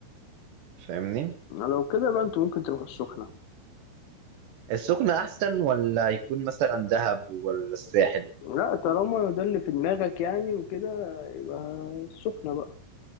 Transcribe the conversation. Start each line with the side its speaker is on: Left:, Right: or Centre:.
Right: فاهمني
Left: لو كده بقى انت ممكن تروح السخنة
Right: السخنة أحسن ولا يكون مثلا دهب ولا الساحل
Left: لا طالما ده اللي في دماغك يعني وكده يبقى السخنة بقى